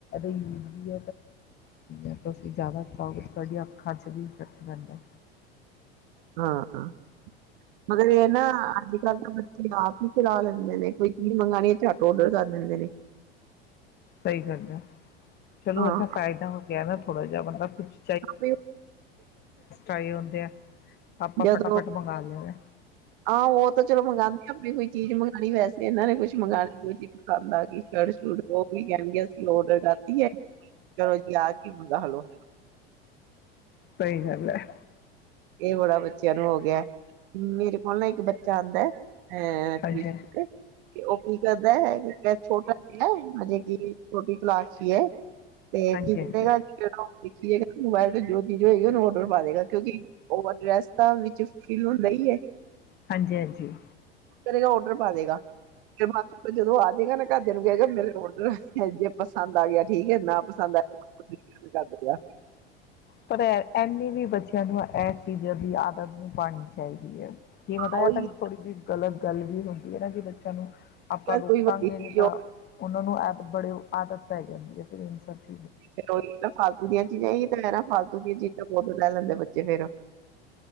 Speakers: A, on the left; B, on the right.
A: ਯੂਜ ਵੀ ਯ ਤੁਸੀਂ ਜ਼ਿਆਦਾ ਹੋਗੇ ਤੁਹਾਡੀ ਅੱਖਾਂ ਚ ਵੀ ਇਫੈਕਟ ਪੈਂਦਾ।
B: ਹਾਂ ਮਗਰ ਇਹ ਨਾ ਅੱਜ ਕੱਲ੍ਹ ਤਾਂ ਬੱਚੇ ਆਪ ਹੀ ਚਲਾ ਲੈਂਨੇ ਨੇ, ਕੋਈ ਚੀਜ਼ ਮੰਗਉਣੀ ਝਟ ਔਡਰ ਕਰ ਨੇ,
A: ਸਹੀ ਗੱਲ ਹੈ ਚਲੋ
B: ਹਾਂ
A: ਇੱਦਾਂ ਫਾਇਦਾ ਹੋ ਗਿਆ ਨਾ ਥੋੜਾ ਜਿਹਾ ਮਤਲਬ ਕੁਛ,
B: ਆਪ
A: ਆਏ ਹੁੰਦੇ ਆ ਤਾਂ ਆਪਾਂ
B: ਜਦੋਂ
A: ਫਟਾਫਟ ਮੰਗਾ ਲੈਂਦੇ
B: ਹਾਂ ਉਹ ਤਾਂ ਚਲੋ ਮੰਗਉਂਦੇ ਆਪਣੀ ਕੋਈ ਚੀਜ਼ ਮੰਗਉਣੀ ਵੈਸੇ ਇਹਨਾਂ ਨੇ ਕੁਛ ਮੰਗਉਣੀ ਪਸਦ ਆ ਗਈ। ਉਹ ਵੀ ਕਹਿਣਗੇ ਅਸੀਂ ਔਡਰ ਕਰਤੀ ਐ ਚਲੋ ਜੀ ਆ <unintelligible> ਹੈਲੋ,
A: ਸਹੀ ਗੱਲ ਹੈ,
B: ਇਹ ਬੜਾ ਬੱ ਬੱਚਿਆਂ ਨੂੰ ਹੋ ਗਿਆ ਮੇਰੇ, ਉਹ ਨਾ ਇੱਕ ਬੱਚਾ ਆਦਾ ਹੈ, ਐ
A: ਹਾਂਜੀ
B: <unintelligible> ਤੇ ਉਹ ਕੀ ਕਰ ਹੈ ਛੋਟਾ ਕਿਹਾ ਹਜੇ ਕੀ, ਛੋਟੀ ਕਲਾਸ ਚ ਹੀ ਐ। ਤੇ
A: ਹਾਂਜੀ
B: ਕੀ ਕਰੇਗਾ
A: ਹਾਂਜੀ
B: ਦੇਖੀਏ, ਮੋਬਾਇਲ ਤੇ ਚੀ ਗੀ ਉਹਨੂੰ ਔਡਰ ਪਾ ਦੇਗਾ, ਕਿਉਂਕਿ ਉਹ ਅਡਰੈਸ ਤਾਂ ਵਿੱਚ ਫਿਲ ਹੁੰਦਾ ਹੀ ਹੈ,
A: ਹਾਂਜੀ ਹਾਂਜੀ
B: ਕਰੇਗਾ ਔਡਰ ਪਾ ਦੇਗਾ ਫੇਰ ਬਾਦ ਜਦੋਂ ਆ ਠੀਕ ਐ ਨਾ ਘਰਦੇ ਨੂੰ ਕਹਿ ਮੇਰੇ ਰ ਹੈ ਜੇ ਪਸੰਦ, ਦਾ ਗਿਆ ਠੀਕ ਐ ਨਾ ਪਸੰਦ ਆਇਆ
A: ਪਰ ਇੰਨੀ ਵੀ ਬੱਚਿਆਂ ਨੂੰ ਐ, ਇਸ ਚੀਜ਼ ਦੀ ਆਦਤ ਨਹੀਂ ਪਾਉਣੀ ਚਾਹੀਦੀ। ਹੈ ਕੀ ਪਤਾ
B: ਉਹੀ
A: ਹੈ ਤਾਂ ਥੋੜ੍ਹੀ ਜਿਹੀ ਗਲਤ ਗੱਲ ਵੀ ਹੋ <unintelligible> ਨੂੰ ਆਪਾਂ ਰੋਕਾਂਗੇ
B: ਕੋਈ ਵੱਡੀ ਚੀਜ਼
A: ਨੀ ਤਾਂ ਉਹਨਾਂ ਨੂੰ ਆ ਬੜੇ ਆਦਤ ਪੈ ਜਾ ਫਿਰ <unintelligible>
B: ਤੇ ਕੋ ਫਾਲਤੂ ਦੀਆਂ ਚੀਜ਼ਾਂ ਹੀ ਤਾਂ ਹੈ ਨਾ ਫਾਲਤੂ ਦੀਆਂ ਚੀਜ਼ਾਂ ਬਹੁਤ ਲੈ ਲੈਂਦੇ ਬੇ ਤੇ ਫੇਰ,